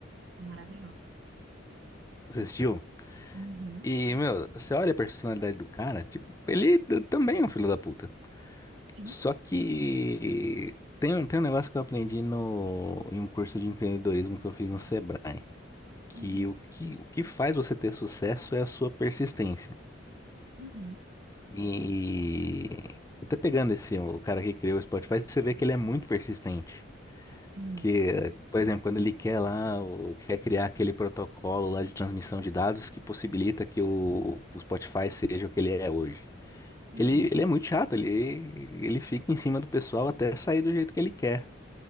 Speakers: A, on the right (about 80°); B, on the left (about 15°).
A: Maravilhosa.
B: Você assistiu?
A: Uhum.
B: E, meu, você olha a personalidade do cara, tipo, ele também é um filho da puta.
A: Sim.
B: Só que tem, um- tem um negócio que eu aprendi no, em um curso de empreendedorismo que eu fiz no Sebrae, que
A: Uhum.
B: o que, o que faz você ter sucesso é a sua persistência.
A: Uhum.
B: E até pegando esse, o cara que criou o Spotify, você vê que ele é muito persistente.
A: Sim.
B: Que, por exemplo, quando ele quer lá, o- quer criar aquele protocolo lá de transmissão de dados que possibilita que o, o Spotify seja o que ele é hoje.
A: Uhum.
B: Ele, ele é muito chato, ele, ele fica em cima do pessoal até sair do jeito que ele quer.